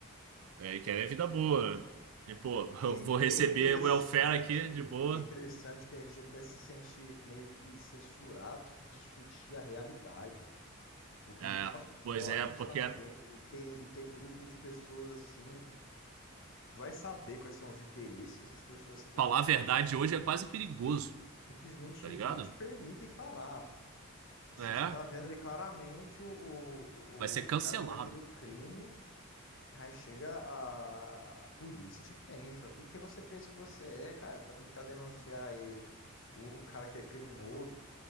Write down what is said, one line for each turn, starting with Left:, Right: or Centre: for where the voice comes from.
Right: é, querem vida boa. né? E, pô,
Left: E,
Right: eu vou receber
Left: e é interessante,
Right: welfare aqui de boa.
Left: é interessante que a gente até se sente meio que censurado de discutir a realidade. O que
Right: É,
Left: nossos
Right: pois
Left: olhos
Right: é, porque
Left: estão vendo e tem, e tem grupos de pessoas assim, vai saber quais são os interesses que essas pessoas têm
Right: falar
Left: que
Right: a verdade hoje
Left: simplesmente,
Right: é quase perigoso,
Left: simplesmente
Right: tá ligado?
Left: não te permitem falar. Assim,
Right: É,
Left: você tá vendo ali claramente o, o,
Right: vai ser cancelado.
Left: o o cara cometendo crime. Aí chega a, a polícia e te prende. Fala, o que, que você pensa que você é, cara, pra tentar denunciar aí o, o cara que é criminoso?